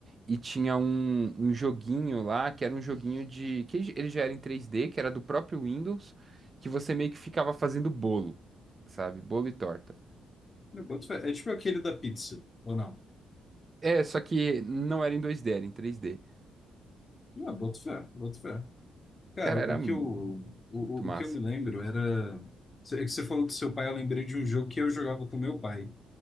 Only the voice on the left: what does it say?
Eu boto fé. É tipo aquele da pizza, ou não?
Ah, boto fé, boto fé. Cara,
o
que
eu, o, o
o que eu me lembro era. É que você falou do seu pai, eu lembrei de um jogo que eu jogava com meu pai.